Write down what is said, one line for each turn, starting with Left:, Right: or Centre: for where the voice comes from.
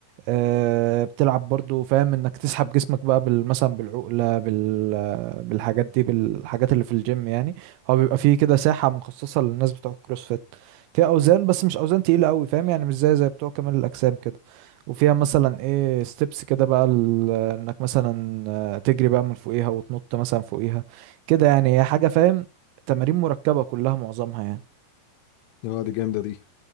Right: آه، بتلعب برضو فاهم انك تسحب جسمك بقى بال- مثلا بالعقلة بال بالحاجات دي بالحاجات اللي في الجيم يعني هو بيبقى فيه كده ساحة مخصصة للناس بتوع الكروسفيت فيها اوزان بس مش اوزان تقيلة قوي فاهم يعني مش زي زي بتوع كمال الاجسام كده وفيها مثلا ايه ستيبس كده بقى ال- انك مثلا آه، تجري بقى من فوقيها وتنط مثلا فوقيها كده يعني هي حاجة فاهم تمارين مركبة كلها معظمها يعني
Left: اه دي جامده دي